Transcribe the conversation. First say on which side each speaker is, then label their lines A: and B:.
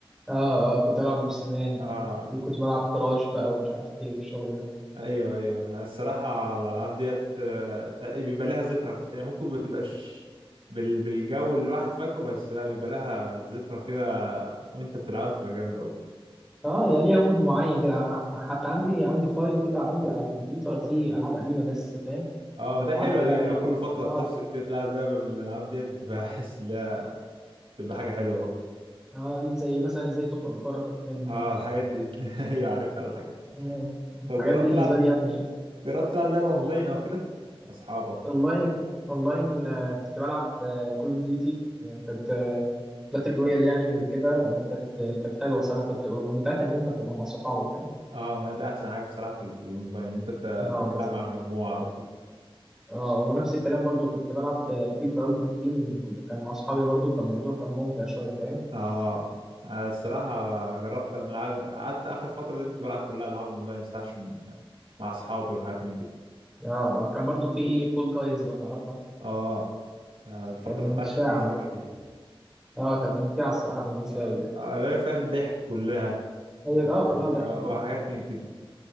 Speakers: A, in the centre; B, on the right.
A: اه آه، كنت بلعب بيبسي مان
B: اه
A: وكنت بلعب كراش بقى ومش عارف ايه والشغل ده
B: ايوه ايوه انا الصراحه الالعاب ديت آه، تق- بيبقى لها ذكرى كده يعني ممكن ما تبقاش بال... بالجو اللي الواحد فاكره بس لا بيبقى لها ذكرى كده وانت بتلعبها بتبقى جامده قوي
A: اه يا ليها مود معين كده أنا حتى عندي عندي فايل كده عندي على الكمبيوتر فيه العاب قديمه بس فاهم
B: اه ما
A: العاب
B: ده حلوه
A: بقى
B: دي اللي هو كل فتره
A: اه
B: بتفصل كده تلعب لعبه من الالعاب ديت بتبقى <laughs> حس ان هي بتبقى حاجه حلوه برضه
A: اه زي مثلا ازاي تقرا جارك والحاجات دي
B: اه الحاجات دي <laughs> ايوه عارفها الحاجات دي.
A: آه، الحاجات
B: طب جربت
A: دي بالنسبه
B: تلعب
A: لي يعني
B: جربت تلعب لعبه اونلاين او كده اصحابك
A: اونلاين اونلاين آه، كنت بلعب كول اوف ديوتي كانت آه، باتل رويال يعني وكده آه، كانت كانت حلوه صراحه كنت ومتعتها ان انت بتبقى مع صحابك فاهم
B: اه ما ده احسن حاجه بصراحه في, ال- في الاونلاين انت ت-
A: اه بالظبط
B: تلعب مع مجموعه وكده
A: اه ونفس الكلام برضو كنت بلعب آه، فيفا التيمت تيم كنت كان مع صحابي برضو فالموضوع كان ممتع شويه فاهم
B: اه أنا الصراحة جربت انا قعدت اخر فترة دي كنت بلعب كلها العاب اونلاين صح عشان مع اصحابي وحاجات من كده
A: اه آه، كان برضو في فول جايز لو تعرفها
B: اه يعني الفترة
A: كانت
B: بتاعت
A: ممتعة
B: المشهورة دي
A: اه كانت ممتعة الصراحة بالنسبة
B: آه،
A: لي يعني
B: آه، اللي فيها الضحك كلها
A: هي
B: و-
A: اه كلها ضحك يعني
B: وحاجات من كده